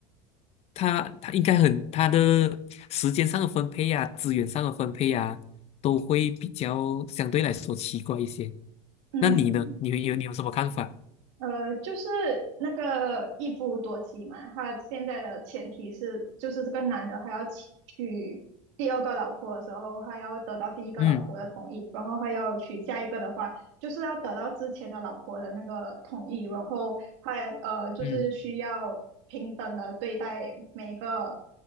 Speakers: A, on the left; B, on the right.
A: 他他应该很他的时间上的分配呀、资源上的分配呀、都会比较相对来说奇怪一些。
B: 嗯。
A: 那你呢？你有你有什么看法？
B: 呃，就是那个一夫多妻嘛，他现在的前提是，就是这个男的还要娶娶第二个老婆的时候，还要得到第一个老婆的同意，
A: 嗯
B: 然后还要娶下一个的话，就是要得到之前的老婆的那个同意，然后还呃，就是需要平等的对待每一个
A: 嗯